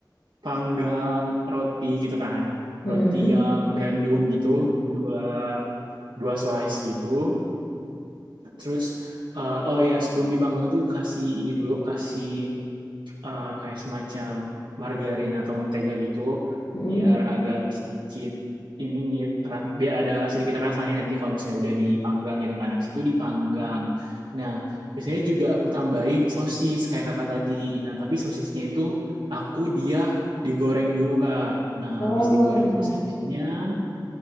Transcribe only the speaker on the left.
Mm-mm.
Mm-mm.
Oh
ya.